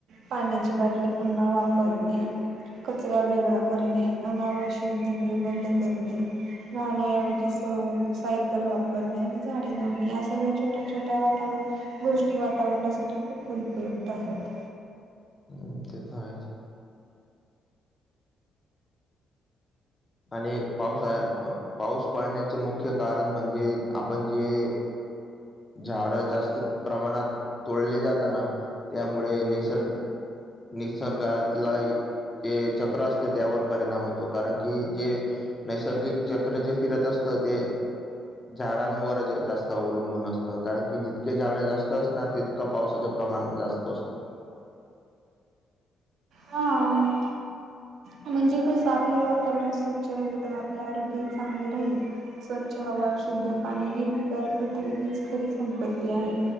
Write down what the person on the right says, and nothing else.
पाण्याची बाटली पुन्हा वापरणे, कचरा वेगळा करणे अ आवड तसंच दिवे बंद करणे वाहना ऐवजी स सायकल वापरणे आणि झाडी लावणे या सगळ्या छोट्या छोट्या वातावरण गोष्टी वातावरणासाठी खूप उपयुक्त आहेत.
काम म्हणजे कस आपले वातावरण स्वच्छ राहिल तर आपले आरोग्य चांगले राहील. स्वच्छ हवा, शुद्ध पाणी, हिरवीगार पृथ्वी हिच खरी संपत्ती आहे.